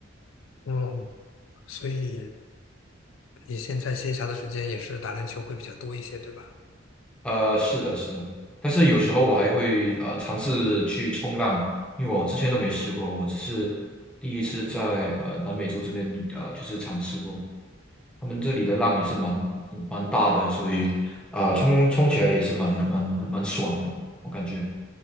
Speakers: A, on the left; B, in the centre.
A: 嗯，所以你现在闲暇的时间也是打篮球会比较多一些，对吧？
B: 呃，是的，是的，但是有时候我还会呃尝试去冲浪，因为我之前都没试过，我只是第一次在呃南美洲这边呃就是尝试过，他们这里的浪也是蛮蛮蛮大的，所以啊、冲冲起来也是蛮蛮蛮爽的，我感觉。